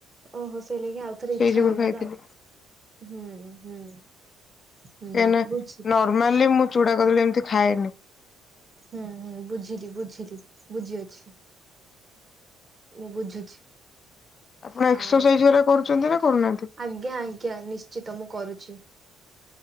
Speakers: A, on the right (about 30°); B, on the left (about 45°).
A: ଓହୋ! ସେଇ ଲଗି ଆଉ ଥରେ
B: ସେଇ
A: ଇଛା
B: ଯୋଗୁରୁ
A: ହେଇଗଲା
B: ଖାଇଥିଲି।
A: ଆଉ ହୁଁ ହୁଁ। ହୁଁ
B: କାହିଁନା
A: ବୁଝିଲି।
B: ନର୍ମାଲି ମୁଁ ଚୂଡା କଦଳୀ ଏମିତି ଖାଏନି?
A: ହୁଁ ହୁଁ ବୁଝିଲି ବୁଝିଲି ବୁଝି ଅଛି। ମୁଁ ବୁଝୁଛି।
B: ଆପଣ ଏକ୍ସରସାଇଜରେ
A: ଆଉ
B: କରୁଛନ୍ତି ନା କରୁନାହାନ୍ତି।
A: ଆଜ୍ଞା। ଆଜ୍ଞା ନିଶ୍ଚିତ ମୁଁ କରୁଛି।